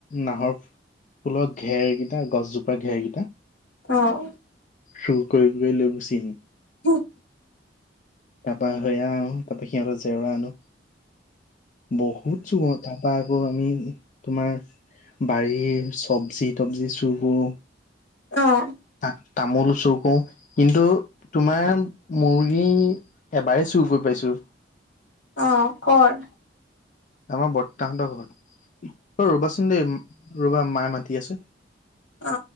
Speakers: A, on the left; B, on the left.
A: নাহৰ ফু ফুলৰ ঘেৰকিটা গছজোপা ঘেৰকিটা
B: অ'।
A: চুৰ কৰি, কৰি লৈ গুচি আহোঁ।
B: <inaudible>
A: তাৰপা সেয়া আনো, তাৰপা সিহঁতৰ জেওৰা আনো বহুত চুৰ কৰোঁ তাৰপা আকৌ আমি তোমাৰ বাৰীৰ চবজি তবজি চুৰ কৰোঁ।
B: অ'।
A: তা-তামোল চুৰ কৰোঁ, কিন্তু তোমাৰ মুৰ্গী এবাৰেই চুৰ কৰি পাইছোঁ।
B: অ', ক'ত?
A: আমাৰ বৰ্তাহঁতৰ ঘৰত, অ, ' ৰ'বাচোন দেই ৰ'বা মায়ে মাতি আছে।
B: অ'।